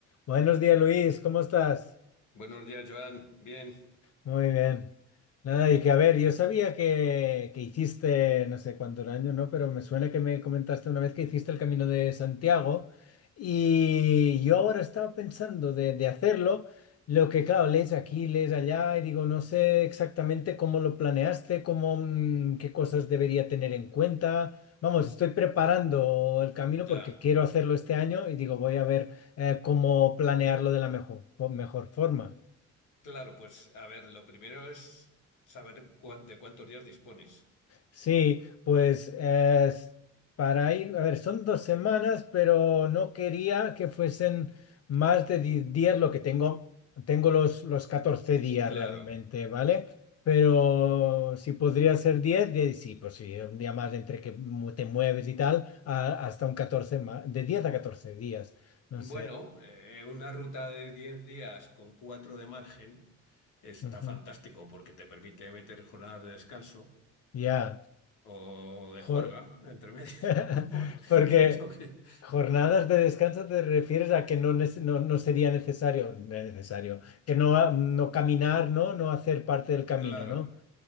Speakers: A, on the left; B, on the left.
A: Buenos días, Luis, ¿cómo estás?
B: Buenos días, Joan. Bien,
A: Muy bien. Nada, y que a ver, yo sabía que, que hiciste, no sé cuántos años, ¿no? Pero me suena que me comentaste una vez que hiciste el Camino de Santiago y yo ahora estaba pensando de, de hacerlo, lo que claro, lees aquí, lees allá y digo, no sé exactamente cómo lo planeaste, cómo, mm, qué cosas debería tener en cuenta. Vamos, estoy preparando el camino
B: ya.
A: porque quiero hacerlo este año y digo, voy a ver eh, cómo planearlo de la mejor, mejor forma.
B: Claro, pues a ver, lo primero es saber cua- de cuántos días dispones.
A: Sí, pues es para ir, a ver, son dos semanas, pero no quería que fuesen más de 10 días lo que tengo. Tengo los, los catorce días
B: Claro.
A: realmente, ¿vale? Pero si podría ser 10 de- sí, pues sí, un día más entre que mu- te mueves y tal, a- hasta un 14 más, de 10 a 14 días, no
B: Bueno,
A: sé.
B: eh, una ruta de 10 días con 4 de margen está
A: Ujú.
B: fantástico porque te permite meter jornadas de descanso
A: Ya,
B: o de juerga
A: Jo-
B: entre medio.
A: <laughs>
B: <laughs>
A: Porque
B: Es Lo que-
A: jornadas de descanso te refieres a que no, nece- no, no sería necesario, necesario, que no, no caminar, ¿no? No hacer parte del camino,
B: Claro.
A: ¿no?